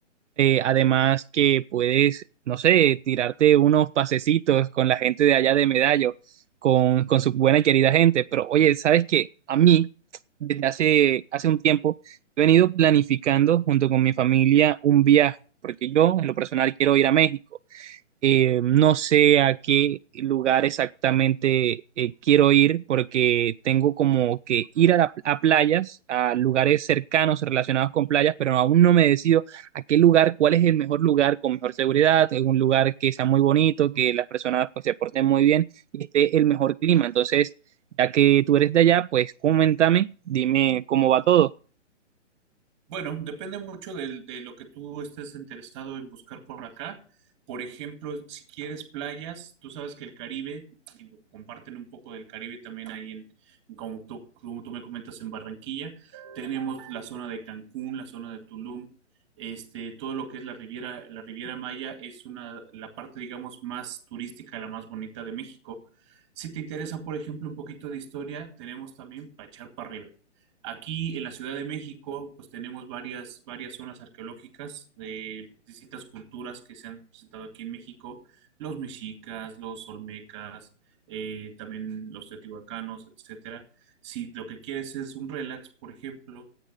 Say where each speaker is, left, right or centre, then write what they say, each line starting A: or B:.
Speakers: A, on the right; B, on the right.
A: eh, además que puedes, no sé, tirarte unos pasecitos con la gente de allá de Medallo, con, con su buena y querida gente. Pero oye, ¿sabes qué? A mí, desde hace, hace un tiempo, he venido planificando junto con mi familia un viaje, porque yo en lo personal quiero ir a México. Eh, no sé a qué lugar exactamente eh, quiero ir porque tengo como que ir a, la- a playas, a lugares cercanos relacionados con playas, pero aún no me decido a qué lugar, cuál es el mejor lugar con mejor seguridad, es un lugar que sea muy bonito, que las personas pues, se porten muy bien y esté el mejor clima. Entonces, ya que tú eres de allá, pues coméntame, dime cómo va todo.
B: Bueno, depende mucho del- de, lo que tú estés interesado en buscar por acá. Por ejemplo, si quieres playas, tú sabes que el Caribe, digo, comparten un poco del Caribe también ahí en, como tú, como tú me comentas, en Barranquilla. Tenemos la zona de Cancún, la zona de Tulum, este, todo lo que es la Riviera, la Riviera Maya es una, la parte, digamos, más turística, la más bonita de México. Si te interesa, por ejemplo, un poquito de historia, tenemos también para echar para arriba. Aquí en la Ciudad de México, pues tenemos varias, varias zonas arqueológicas de distintas culturas que se han presentado aquí en México, los mexicas, los olmecas, eh, también los teotihuacanos, etcétera. Si lo que quieres es un relax, por ejemplo,